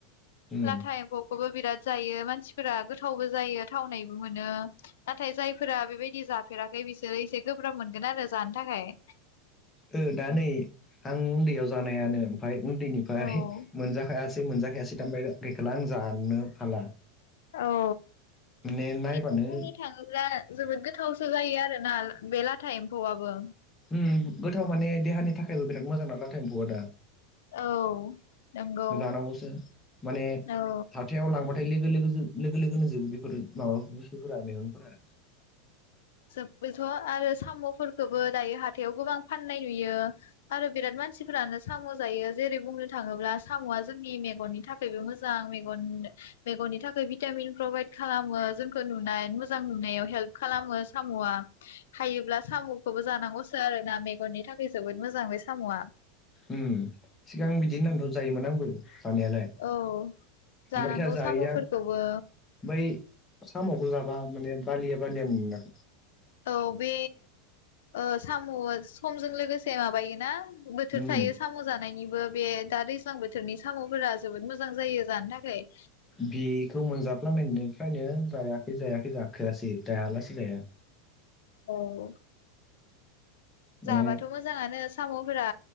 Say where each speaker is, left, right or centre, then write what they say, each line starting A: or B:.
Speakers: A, on the left; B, on the left.
A: उम
B: लाथा एम्फौखौबो बिराद जायो मानसिफोरा गोथावबो जायो थावनायबो मो नो नाथाय जायफोरा बेबायदि जाफेराखै बिसोरो एसे गोब्राब मोनगोन आरो जानो थाखाय
A: ओ दा नै आं उन्दैयाव जानायानो ओमफाय उन्दैनिफ्राय
B: औ
A: मोनजाखाया सै मोनजाखायासै दा ओमफाय गैखाला आं जानो हाला
B: औ
A: माने नायबानो
B: किन्थु बुंनो थाङोब्ला जोबोद गोथावसो जायो आरो ना बे लाथा एम्फौआबो
A: उम गोथाव माने देहानि थाखायबो बिराद मोजां ना लाथा एम्फौआ दा
B: औ नंगौ
A: जानांगौसो माने
B: औ
A: हाथायाव लांबा नाय लोगो लोगो लोगो लोगोनोजोबो बेफोर माबा बुस्थुफोरा मेगंफोरा
B: जोब्बोथ' आरो सामुफोरखौबो दायो हाथायाव गोबां फाननाय नुयो आरो बिराद मान मानसिफ्रानो सामु जायो जेरै बुंनो थाङोब्ला सामुआ जोंनि मेगननि थाखायबो मोजां मेगन मेगननि थाखाय भिटामिन प्रभाइद खालामो जोंखौ नुनाय मोजां नुनायाव हेल्प खालामो। सामुआ हायोब्ला सामुखौबो जानांगौसो आरोना मेगननि थाखाय जोबोद मोजां बे सामुआ।
A: उम सिगां बिदिओनानथ जायोमोन आंबो जानायालाय
B: औ जानांगौ
A: मैथा जायैया
B: साम'फोरखौबो
A: बै सामखौ जाबा माने बालिया बालिया मोनोदां?
B: औ बे ओ साम समजों लोगोसे माबायोना बोथोर
A: उम
B: थायो साम जानायनिबो बे दा दैज ज्लां बोथोरनि सामफोरा जोबोद मोजां जायो जानो थाखाय।
A: बेखौ मोनजाफ्लांनायनो- बेनिफायनो जायाखै जायाखै जाखायासै दायालासेै जाया।
B: औ औ।
A: माने
B: जाबाथ मोजाङानो सामफोरा